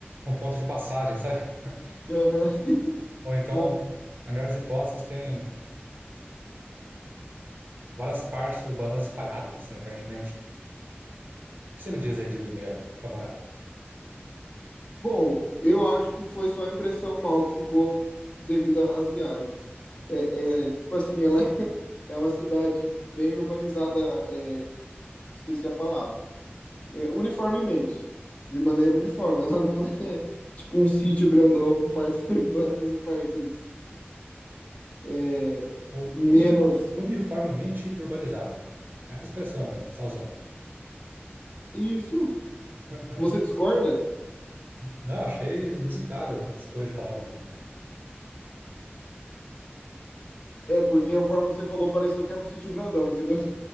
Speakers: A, on the right; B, on the left.
A: um ponto de passagem, sabe? <laughs>
B: Uhum.
A: Ou então,
B: Uma,
A: na melhor das hipóteses, tem várias partes urbanas espalhadas, assim, aparentemente. O que você me diz aí de Limeira para morar?
B: Bom, eu acho que foi só a impressão mal que ficou devido às viagens. É, é, tipo assim, ela <laughs> é uma cidade bem urbanizada, é, esqueci a palavra, é, uniformemente, de maneira uniforme. Ela não <laughs> é tipo um sítio grandão com partes <laughs> urbanas e partes é,
A: Uni-
B: menos.
A: uniforme- uniformemente urbanizada. Essa expressão mesmo, que você está usando.
B: Isso,
A: <laughs>
B: você discorda?
A: Não, achei inusitado a escolha de palavras aí.
B: É porque a forma que você falou pareceu que era um sítio grandão, entendeu?